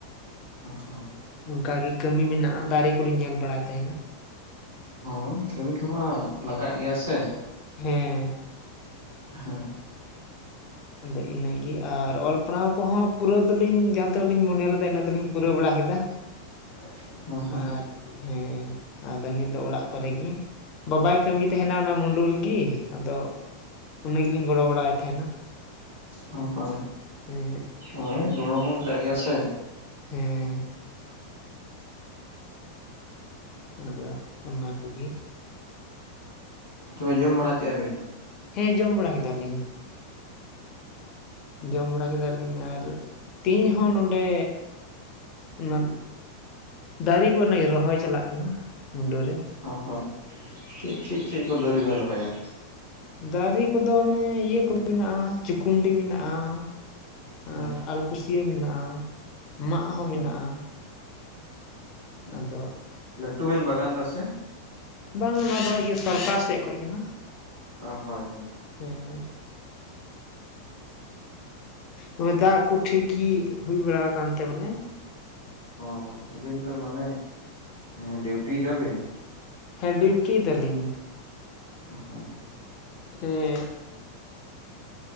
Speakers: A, on the right (about 80°); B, on the left (about 35°).
A: ᱦᱳᱭ
B: ᱩᱱᱠᱟ ᱜᱤ ᱠᱟᱹᱢᱤ ᱢᱤᱱᱟᱜ-ᱟ ᱫᱟᱨᱤ ᱠᱩᱞᱤᱧ ᱧᱮᱞ ᱵᱟᱲᱟᱭ ᱛᱮᱦᱮᱱᱟ᱾
A: ᱦᱚᱜᱭ ᱠᱟᱹᱢᱤ ᱠᱚᱢᱟ ᱞᱟᱜᱟᱜ ᱜᱮᱭᱟ ᱥᱮ
B: ᱦᱮᱸ
A: ᱦᱳᱭ
B: ᱟᱫᱚ ᱤᱱᱟᱹᱜᱮ ᱟᱨ ᱚᱞ ᱯᱟᱲᱦᱟᱣ ᱠᱚᱦᱚᱸ ᱯᱩᱨᱟᱹᱣ ᱫᱚᱞᱤᱧ ᱡᱟᱦᱟᱸᱛᱤᱱᱟᱹᱜ ᱞᱤᱧ ᱢᱚᱱᱮ ᱞᱮᱫᱟ ᱤᱱᱟᱹᱜ ᱫᱚᱞᱤᱧ ᱯᱩᱨᱟᱹᱣ ᱵᱟᱲᱟ ᱠᱮᱫᱟ
A: <inaudible> ᱦᱳᱭ
B: ᱟᱨ ᱦᱮᱸ ᱟᱫᱚ ᱱᱤᱛ ᱫᱚ ᱚᱲᱟᱜ ᱠᱚᱨᱮ ᱜᱤ᱾ ᱵᱟᱵᱟᱭ ᱠᱟᱹᱢᱤ ᱛᱮᱦᱮᱱᱟ ᱚᱱᱟ ᱢᱩᱰᱩ ᱨᱤᱜᱤ ᱟᱫᱚ ᱩᱱᱤ ᱜᱤᱞᱤᱧ ᱜᱚᱲᱚ ᱵᱟᱲᱟ ᱣᱟᱭ ᱛᱮᱦᱮᱱᱟ᱾
A: ᱚ ᱦᱚᱭ᱾
B: ᱦᱮᱸᱜ᱾
A: ᱚᱭ ᱜᱚᱲᱟ ᱦᱚᱸᱼᱼ ᱞᱟᱜᱟᱜ ᱜᱤᱭᱟ ᱥᱮ᱾
B: ᱦᱮᱸ᱾ ᱟᱫᱚ ᱚᱱᱟ ᱠᱩ ᱜᱤ᱾
A: ᱛᱚᱵᱮ ᱡᱚᱢ ᱵᱟᱲᱟ ᱠᱮᱜ-ᱟ ᱵᱮᱱ?
B: ᱦᱮᱸ ᱡᱚᱢ ᱵᱟᱲᱟ ᱠᱮᱫᱟ ᱞᱤᱧ᱾ ᱡᱚᱢ ᱵᱟᱲᱟ ᱠᱮᱫᱟ ᱞᱤᱧ ᱟᱨ ᱛᱤᱦᱤᱧ ᱦᱚᱸ ᱱᱚᱰᱮ ᱚᱱᱟᱼᱼ ᱩᱜ ᱫᱟᱨᱮ ᱠᱚ ᱱᱟᱭ ᱨᱚᱦᱚᱭ ᱪᱟᱞᱟᱜ ᱠᱟᱱᱟ ᱢᱩᱰᱟᱹᱨᱮ
A: ᱦᱚᱸ ᱦᱳᱭ ᱪᱮᱫ ᱪᱮᱫ ᱪᱮᱫ ᱠᱚ ᱫᱟᱨᱮ ᱵᱮᱱ ᱨᱚᱦᱚᱭᱟ?
B: ᱫᱟᱨᱮ ᱠᱚᱫᱚ ᱚᱱᱮ ᱤᱭᱟᱹ ᱠᱚ ᱢᱮᱱᱟᱜᱼᱟ ᱪᱩᱠᱩᱱᱰᱤ ᱢᱮᱱᱟᱜᱼᱟ ᱟᱨ
A: ᱦᱳᱭ
B: ᱟᱞᱠᱩᱥᱭᱟᱹ ᱢᱮᱱᱟᱜᱼᱟ ᱢᱟᱜ ᱦᱚᱸ
A: ᱦᱳᱭ
B: ᱢᱮᱱᱟᱜᱼᱟ
A: ᱦᱮᱸ
B: ᱟᱫᱚ
A: ᱞᱟᱹᱴᱩ ᱵᱮᱱ ᱵᱟᱜᱟᱱ ᱫᱟ ᱥᱮ?
B: ᱵᱟᱝᱟ ᱱᱚᱣᱟ ᱫᱚ ᱤᱭᱟᱹ ᱥᱚᱨᱠᱟᱨ ᱥᱮᱫ ᱠᱷᱚᱡ ᱠᱟᱱᱟ
A: ᱚ ᱦᱳᱭ ᱦᱮ
B: ᱦᱮᱸ ᱟᱫᱚ ᱫᱟᱜ ᱠᱚ ᱴᱷᱤᱠ ᱜᱮ ᱦᱩᱭ ᱵᱟᱲᱟ ᱟᱠᱟᱱᱛᱮ ᱵᱚᱞᱮ
A: ᱚ ᱟᱹᱵᱤᱱ ᱫᱚ ᱢᱟᱱᱮ ᱰᱤᱭᱩᱴᱤ ᱫᱟᱵᱤᱱ
B: ᱦᱮᱸ ᱰᱤᱭᱩᱴᱤ ᱫᱟᱞᱤᱧ
A: ᱦᱚᱭ
B: ᱮᱼᱮᱦ